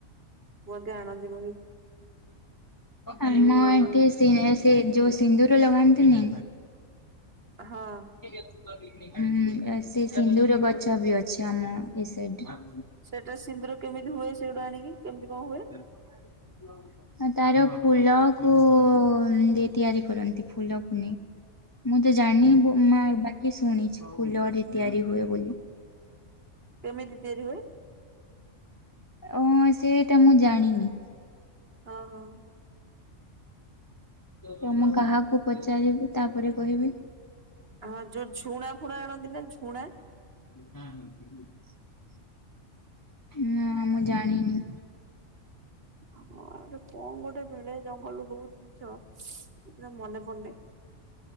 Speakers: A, on the right; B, on the left.
A: ମଧ୍ୟ ଆଣନ୍ତି ବୋଲି
B: ଆମ
A: ଯୋଉ
B: ଏଠି ସିଏ ସେ ଯୋଉ ସିନ୍ଦୁର ଲଗାନ୍ତିନି
A: ହଁ
B: <unintelligible> ହଁ ସେ ସିନ୍ଦୁର ଗଛ ବି ଅଛି ଆମ ଏ ସାଇଡରେ।
A: ସେଇଟା ସିନ୍ଦୁର କେମିତି ହୁଏ, ସେଇଟୁ ଆଣିକି କେମିତି କଣ ହୁଏ?
B: <inaudible> ହ ତାର ଫୁଲ କୁ ଦେ ତିଆରି କରନ୍ତି ଫୁଲକୁ ନେଇ <inaudible> ମୁଁ ତ ଜାଣିନି ମା ବାକି ଶୁଣିଛି ଫୁଲରେ ତିଆରି ହୁଏ ବୋଲି।
A: କେମିତି ତିଆରି ହୁଏ?
B: ଅ ସେଇଟା ମୁଁ ଜାଣିନି?
A: ହଁ ହଁ ହଁ।
B: ତ ମୁଁ କାହାକୁ ପଚାରିବି ତାପରେ କହିବି।
A: ହଁ ଯୋଉ ଝୁଣା ଫୁଣା ଆଣନ୍ତି ନା ଝୁଣା?
B: <inaudible> ନା ମୁଁ ଜାଣିନି।
A: ଆମ ଆଡ଼େ କଣ ଗୋଟେ ମିଳେ ଜଙ୍ଗଲରୁ ବହୁତ ଜିନିଷ ସେଟା ମନେ ପଡୁନି।